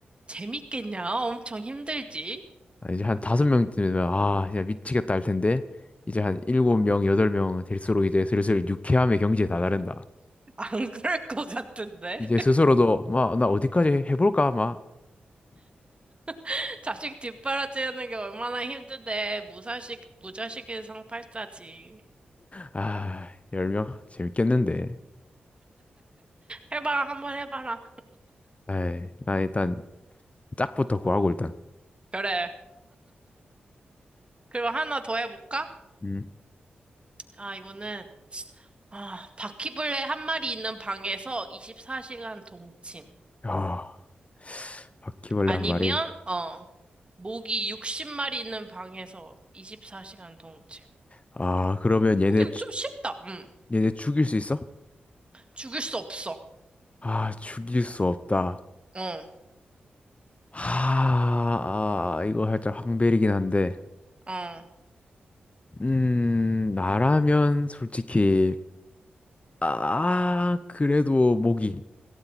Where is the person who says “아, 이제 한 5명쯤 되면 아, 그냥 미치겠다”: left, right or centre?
Left